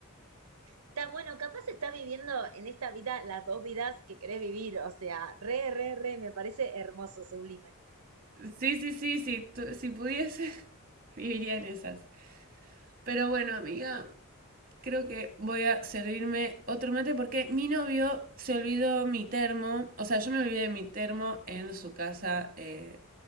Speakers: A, on the right; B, on the right.
A: Está bueno, capaz está viviendo en esta vida las dos vidas que querés vivir. O sea, re, re, re, me parece hermoso, sublime.
B: Sí, sí, sí, sí, tú- si pudiese, <laughs> viviría en esas. Pero bueno, amiga. Creo que voy a servirme otro mate porque mi novio se olvidó mi termo. O sea, yo me olvidé de mi termo en su casa eh,